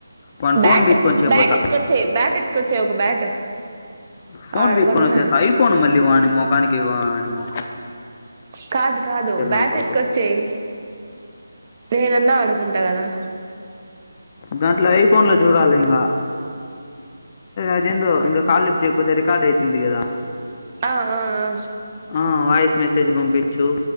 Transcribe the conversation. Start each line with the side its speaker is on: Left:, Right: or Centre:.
Left: వాని
Right: బ్యాట్
Left: ఫోను బీక్కొనిచ్చేయబోతా.
Right: బ్యాట్ ఎతుకొచ్చే బ్యాట్ ఎత్కొచ్చే ఒక బ్యాట్
Left: ఫోన్
Right: ఆడుకోనున్నాడు
Left: బి కొనచ్చేస్త ఐఫోన్ మళ్ళీ వాని మోకానికి వానీ మో
Right: కాదు కాదు బ్యాట్
Left: నా కొడుకు.
Right: ఎతుకొచ్చేయి స్నేహదన్నా ఆడుకుంటా కదా
Left: దాంట్లో ఐఫోన్ లో చూడాలి ఇంగా అదేందో ఇంగా కాల్ లీఫ్ చెపోతే రికార్డ్ అయితుంది కదా
Right: ఆ ఆ
Left: ఆ వాయిస్ మెసేజ్ పంపించు